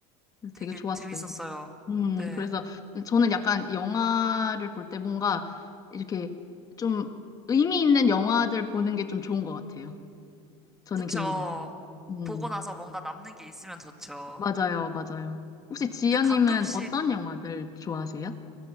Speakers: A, on the left (about 25°); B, in the centre.
A: 그래서
B: 되게
A: 되게 좋았어요.
B: 재밌었어요.
A: 음,
B: 네.
A: 그래서 저는 약간 영화를 볼 때 뭔가 이렇게 좀 의미 있는 영화들 보는 게 좀 좋은 것 같아요. 저는
B: 그쵸.
A: 개인적으로. 음,
B: 보고 나서 뭔가 남는 게 있으면 좋죠.
A: 맞아요. 맞아요. 혹시 지연님은
B: 근데 가끔씩
A: 어떤 영화들 좋아하세요?